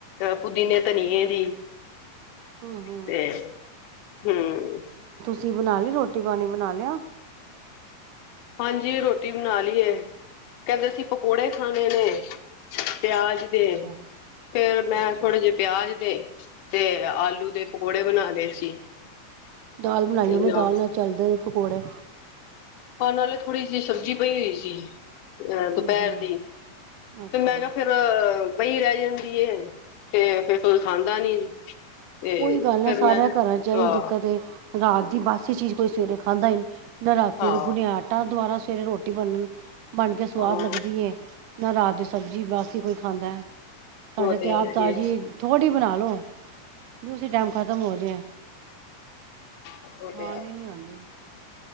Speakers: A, on the left (about 80°); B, on the right (about 80°).
A: ਪੁਦੀਨੇ ਧਨੀਏ ਦੀ।
B: ਹੂੰ ਹੂੰ
A: ਤੇ ਹੁੰਮ।
B: ਜੀ ਬਣਾ ਲਈ ਰੋਟੀ ਪਾਣੀ ਬਣਾ ਲਿਆ।
A: ਹਾਂਜੀ ਰੋਟੀ ਬਣਾ ਲਈਏ ਕਹਿੰਦੇ ਸੀ ਪਕੌੜੇ ਖਾਣੇ ਨੇ। ਪਿਆਜ ਦੇ
B: ਅੱਛਾ
A: ਫਿਰ ਮੈਂ
B: ਅੱਛਾ
A: ਥੋੜੇ ਜਿਹੇ ਪਿਆਜ ਦੇ ਤੇ ਆਲੂ ਦੇ। ਪਕੋੜੇ ਬਣਾ ਲਏ ਸੀ
B: ਦਾਲ ਬਣਾਈ ਉਹਨੇ
A: ਨਾ।
B: ਦਾਲ ਨਾਲ ਚੱਲਦੇ ਨੇ ਪਕੌੜੇ
A: ਖਾਣ ਵੇਲੇ ਥੋੜੀ ਜਿਹੀ ਸਬਜੀ ਪਈ ਹੋਈ ਸੀ। ਦੁਪਹਿਰ
B: ਹੂੰ ਹੂੰ
A: ਦੀ
B: ਅੱਛਾ
A: ਤੇ ਮੈਂ ਕਿਹਾ ਫਿਰ। ਬਈ ਰਹਿ ਜਾਂਦੀ ਤੇ ਫਿਰ ਕੋਈ ਖਾਂਦਾ ਨੀ। ਤੇ
B: ਉਹੀ ਗੱਲ
A: ਫੇਰ
B: ਸਾਰਿਆਂ
A: ਮੈਂ
B: ਘਰਾਂ ਚ
A: ਹਾਂ
B: ਹੀ ਦਿੱਕਤ ਰਾਤ ਦੀ ਬਾਸੀ ਚੀਜ਼ ਕੋਈ ਸਵੇਰੇ ਖਾਂਦਾ ਹੀ ਨਹੀਂ। ਨਾ ਰਾਤੀ
A: ਹਾਂ
B: ਗੁਨਿਆ ਆਟਾ ਦੁਬਾਰਾ ਸਵੇਰੇ ਰੋਟੀ ਬੰਨਣ। ਬਣ ਕੇ ਸਵਾਦ
A: ਹਾਂ
B: ਲੱਗਦੀ ਏ ਨਾ ਰਾਤ ਦੀ ਸਬਜ਼ੀ ਬਸ ਹੀ ਕੋਈ ਖਾਂਦਾ। ਸਾਡੇ
A: ਉਹ
B: ਤੇ ਆਪ
A: ਹੈ
B: ਤਾਜੀ
A: ਹੀ ਏ
B: ਥੋੜੀ ਬਣਾ ਲਓ ਵੀ ਉਸੀ ਟਾਈਮ ਖਤਮ ਹੋ ਜਾਏ।
A: ਉਹ
B: ਖਾਣ
A: ਤੇ ਹੈ
B: ਹੀ ਨਹੀਂ ਹੁੰਦੀ।